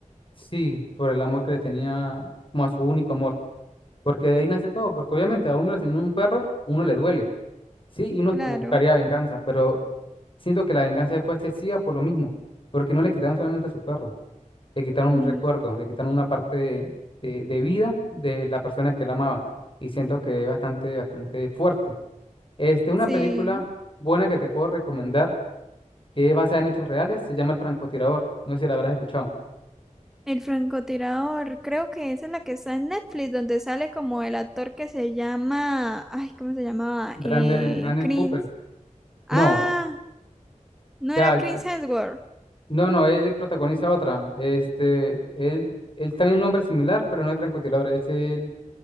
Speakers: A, on the left; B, in the centre.
A: sí, por el amor que le tenía como a su único amor, porque de ahí nace todo, porque obviamente a uno le asesina un perro, uno le duele Sí, y uno
B: Claro.
A: buscaría venganza, pero siento que la venganza fue excesiva por lo mismo, porque no le quitaron solamente a su perro, le quitaron
B: Mm,
A: un recuerdo, le quitaron una parte de, de- de vida de la persona que la amaba, y siento que es bastante, bastante fuerte. Este, una
B: sí.
A: película buena que te puedo recomendar, que es basada en hechos reales, se llama El francotirador, no sé si la habrás escuchado.
B: El francotirador, creo que esa es la que está en Netflix, donde sale como el actor que se llama, ay, ¿cómo se llamaba?
A: Brandon,
B: Eh,
A: Brandon
B: Chris,
A: Cooper.
B: ah,
A: No, o
B: no
A: sea,
B: era Chris
A: yo-
B: Hemsworth.
A: no, no, él protagoniza otra. Este, él, él también es un nombre similar, pero no es francotirador, es el